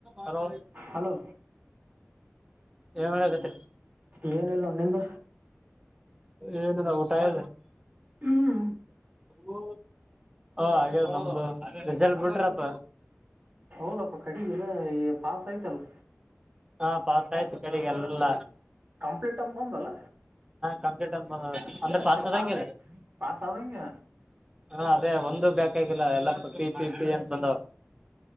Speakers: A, on the right (about 15°); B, on the right (about 40°).
A: Hello
B: hello
A: ಏನ್ ಮಾಡಾಕತ್ತೀರಿ
B: ಏನಿಲ್ಲ ನಿಂದ
A: ಏನದ ಊಟಾಯ
B: ಹ್ಮ್
A: ಹಓ ಹಾಗ್ಯದು ನಮ್ದು ರಿಸಲ್ಟ್ ಬಿಟ್ರಪ್ಪ
B: ಹೌದಪ್ಪ ಕಡಿಗವ ಪಾಸ್ ಆಯ್ತಲ್
A: ಹಾ ಪಾಸ್ ಆಯ್ತು ಕಡೆಗೆ ಎಲ್ಲಲ್ಲ
B: ಕಂಪ್ಲೀಟ್ ಅಂತ ಬಂದಲ್ಲ
A: ಕಂಪ್ಲೀಟ್ ಅಂದ್ರೆ
B: ಮತ್ತೆ
A: ಪಾಸದಂಗ
B: ಪಾಸ್ ಪಾಸ್ ಆದಂಗೆ
A: ಹ ಅದೇ ಒಂದು ಬೇಕಾಗಿಲ್ಲ ಎಲ್ಲಾ ಪಿ ಪಿ ಪಿ ಅಂತ ಬಂದಾವ